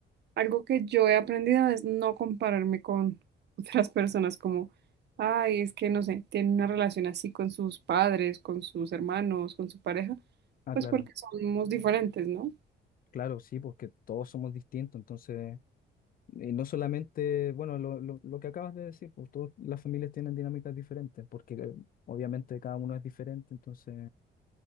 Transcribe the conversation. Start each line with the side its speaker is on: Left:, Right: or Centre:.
Right: Algo que yo he aprendido es no compararme con <laughs> otras personas como, ay, es que no sé, tienen una relación así con sus padres, con sus hermanos, con su pareja,
Left: Ah,
Right: pues
Left: claro,
Right: porque somos diferentes, ¿no?
Left: claro, sí, porque todos somos distintos. Entonces, y no solamente, bueno, lo, lo- lo que acabas de decir, pues todas las familias tienen dinámicas diferentes, porque eh, obviamente cada uno es diferente, entonces.